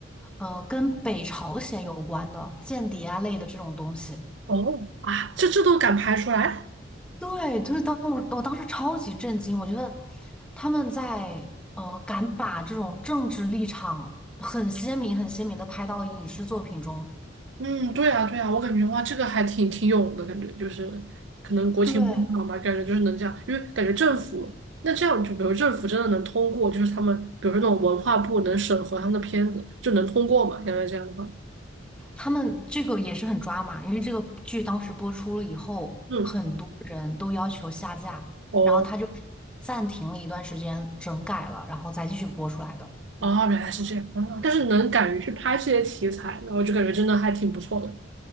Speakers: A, in the centre; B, on the right.
A: 呃，跟北朝鲜有关的间谍啊类的这种东西。
B: 哦，啊，这这都敢拍出来？
A: 对，就是当我我当时超级震惊，我觉得他们在呃敢把这种政治立场很鲜明、很鲜明的拍到影视作品中，
B: 嗯，对啊，对啊，我感觉哇，这个还挺挺勇的感觉，就是可能国情不一样吧，
A: 对，
B: 感觉就是能这样，因为感觉政府那这样，就比如政府真的能通过，就是他们比如说那种文化部能审核他们的片子，就能通过嘛？感觉这样的话，
A: 他们这个也是很抓马，因为这个剧当时播出了以后，
B: 嗯，
A: 很多人都要求下架，
B: 哦，
A: 然后他就暂停了一段时间整改了，然后再继续播出来的。
B: 哦，原来是这样，啊但是能敢于去拍这些题材，然后就感觉真的还挺不错的。